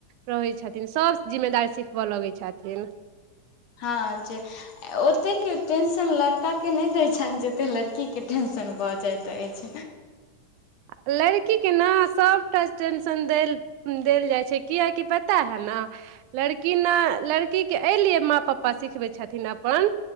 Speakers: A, on the right (about 80°); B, on the left (about 60°).
A: रहै छथिन सब जिम्मेदारी सिखब लगै छथिन।
B: हऽ जें ओतेक टेंशन लड़का केँ नै दैत छैन जते कऽ लड़की केँ टेंशन भऽ जाइत ऐछ
A: लड़की केँ न सबटा टेंशन देल देल जाइ छै किआकि पता है न लड़की न लड़की केँ यै लिए माँ पप्पा सिखबै छथिन अपन